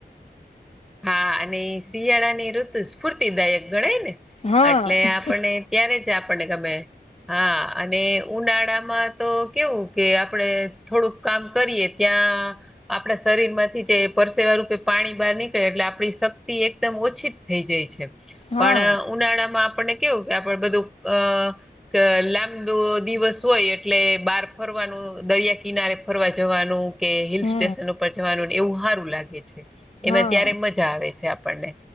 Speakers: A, in the centre; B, on the left.
A: હા અને શિયાળાની ઋતુ સ્ફૂર્તિદાયક ગણાય ને
B: હા
A: એટલે આપણને. ત્યારે જ આપણને ગમે. હા અને ઉનાળામાં તો કેવું કે આપડ થોડુંક કામ કરીએ ત્યાં આપણા શરીર માંથી જે પરસેવા રૂપે પાણી બહાર ની એટલે આપણી શક્તિ એકદમ ઓછી થઈ જાય છે,
B: હા
A: પણ ઉનાળામાં આપણને. કેવું કે બધું અ કે લાંબો દિવસ હોય એટલે બાર ફરવાનું દરિયા કિનારે ફરવા જવાનું. કે હિલ
B: હમ
A: સ્ટેશન ઉપર જવાનું એવું સારું લાગે છે, એમાં.
B: હા
A: ત્યારે મજા આવે છે, આપણને